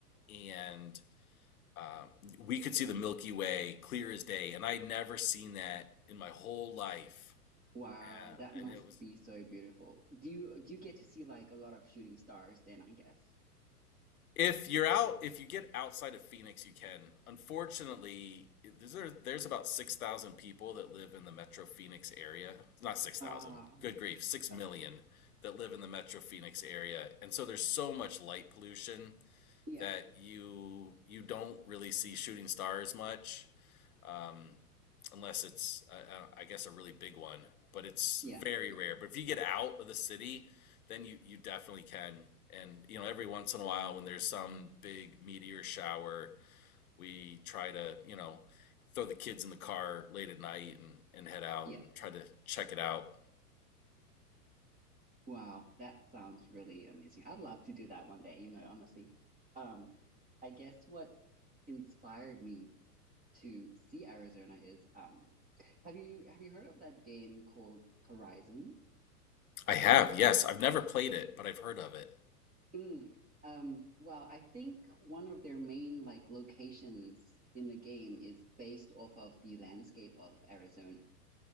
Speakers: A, on the left (about 65°); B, on the right (about 15°).
A: and um, we could see the Milky Way clear as day, and I'd never seen that in my whole life.
B: Wow,
A: Uh,
B: that must
A: and it was
B: be so beautiful. Do you do you get to see like a lot of shooting stars then, I guess?
A: if you're out, if you get outside of Phoenix, you can. Unfortunately, there's there's about six thousand people that live in the Metro Phoenix area. Not six thousand,
B: Ah,
A: good grief, six million
B: uh,
A: that live in the Metro Phoenix area, and so there's so much light pollution
B: yeah,
A: that you you don't really see shooting stars much. um, unless it's uh, uh, I guess a really big one. But it's
B: yeah,
A: very
B: yeah,
A: rare. But if you get out of the city, then you you definitely can. And you know, every once in a while, when there's some big meteor shower, we try to you know throw the kids in the car late at night and and head out
B: yeah.
A: and try to check it out.
B: Wow, that sounds really amazing. I'd love to do that one day, you know, honestly. Um, I guess what inspired me to see Arizona is um have you have you heard of that game called Horizon?
A: I have, yes, I've never played it, but I've heard of it.
B: Mm. Um, well, I think one of their main like locations in the game is based off of the landscape of Arizona.